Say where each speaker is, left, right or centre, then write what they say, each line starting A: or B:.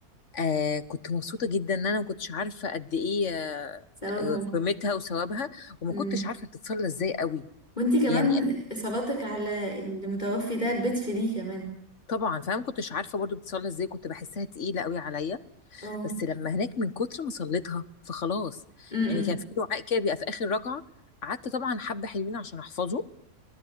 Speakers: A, on the left; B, on the left.
A: آه كنت مبسوطة جدا ان انا ما كنتش عارفة قد ايه آه
B: ثوابهم
A: آه، قيمتها وثوابها وما
B: امم
A: كنتش عارفة بتتصلى ازاي قوي
B: وانتي كمان
A: يعني
B: صلاتك على المتوفي ده بتفيديه كمان
A: طبعا فانا ما كنتش عارفة برضو بتتصلى ازاي كنت بحسها تقيلة قوي عليا
B: اه
A: بس لما هناك من كتر ما صليتها فخلاص
B: امم
A: يعني كان في دعاء كده بيبقى في اخر ركعة قعدت طبعا حبة حلوين عشان احفظه